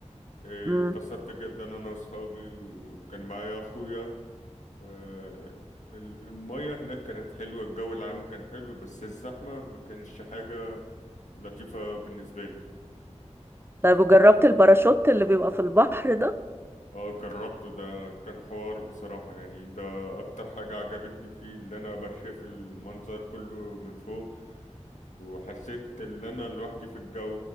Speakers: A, on the left (about 80°); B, on the right (about 20°).
A: إيه،
B: مم.
A: اتبسطت جدا انا واصحابي وكان معايا اخويا آه، ال- المية هناك كانت حلوة الجو العام كان حلو بس الزحمة ما كانش حاجة لطيفة بالنسبة لي
B: طيب وجربت الباراشوت اللي بيبقى في البحر ده
A: اه جربته ده كان حوار بصراحة يعني ده اكتر حاجة عجبتني فيه اللي انا بشاف المنظر كله من فوق وحسيت ان انا لوحدي في الجو